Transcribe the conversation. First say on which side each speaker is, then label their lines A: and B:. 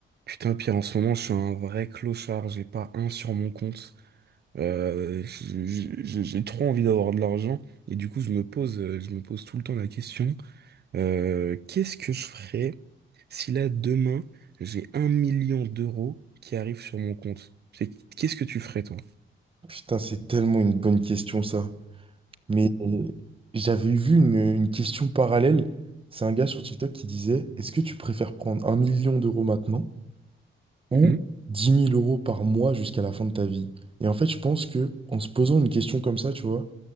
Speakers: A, on the right; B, on the right.
A: Putain, Pierre, en ce moment, je suis un vrai clochard. J'ai pas un sur mon compte. Euh, j- j- j'ai j'ai trop envie d'avoir de l'argent. Et du coup, je me pose, euh, je me pose tout le temps la question, euh, qu'est-ce que je ferais si là, demain, j'ai un million d'euros qui arrivent sur mon compte? C'est- Qu'est-ce que tu ferais, toi?
B: Putain, c'est tellement une bonne question, ça. Mais euh, j'avais vu une, une question parallèle. C'est un gars sur TikTok qui disait, Est-ce que tu préfères prendre un million d'euros maintenant ou
A: Mhm.
B: dix mille euros par mois jusqu'à la fin de ta vie? Et en fait, je pense que en se posant une question comme ça, tu vois,